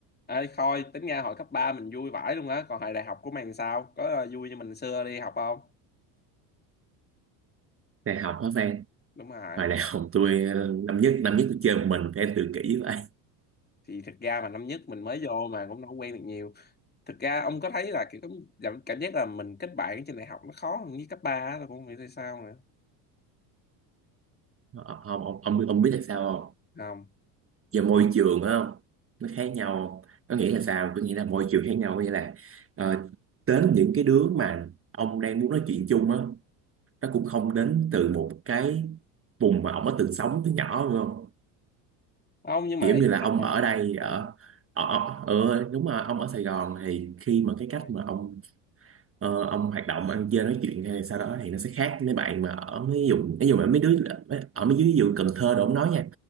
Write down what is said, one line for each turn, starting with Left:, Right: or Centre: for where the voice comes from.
Left: Ê, thôi tính ra hồi cấp 3 mình vui vãi luôn á còn hồi đại học của mày làm sao có ờ, vui như mình xưa đi học không
Right: đại học hả Phan
Left: đúng rồi
Right: hồi đại học tôi ờ, năm nhất năm nhất tôi chơi một mình Phan tự kỷ vậy
Left: thì thực ra mà năm nhất mình mới vô mà cũng đâu có quen được nhiều thực ra ông có thấy là kiểu cảm cảm cảm giác là mình kết bạn trên đại học nó khó hơn với cấp 3 á tôi cũng không hiểu tại sao nữa
Right: Ờ, không ông, ông, biết- ông biết là sao không
Left: không
Right: Do môi trường á không nó khác nhau có nghĩa là sao có nghĩa là môi trường khác nhau có nghĩa là ờ, đến những cái đứa mà ông đang muốn nói chuyện chung á nó cũng không đến từ một cái vùng mà ông đã từng sống từ nhỏ đúng không
Left: không nhưng mà
Right: kiểu
Left: ý
Right: như là ông
Left: là
Right: ở
Left: ờ,
Right: đây ở
Left: ờ,
Right: ở ở- ừ, đúng rồi ông ở Sài Gòn thì khi mà cái
Left: rồi.
Right: cách mà ông Ờ, ông hoạt động ăn chơi nói chuyện hay sau đó thì nó sẽ khác mấy bạn mà ở mấy vùng ví dụ mà mấy đứa mấy- ở mấy dưới vùng Cần Thơ đồ ông nói nha